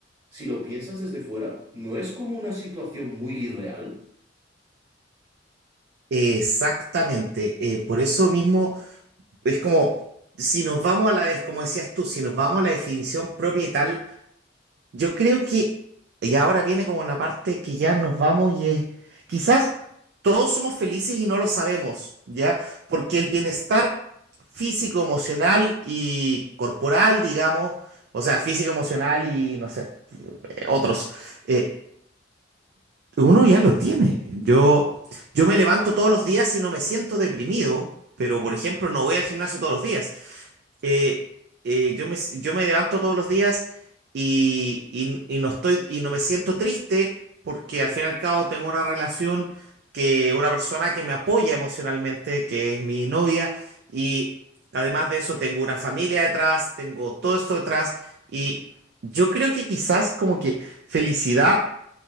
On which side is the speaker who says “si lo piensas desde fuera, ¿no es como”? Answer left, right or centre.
Right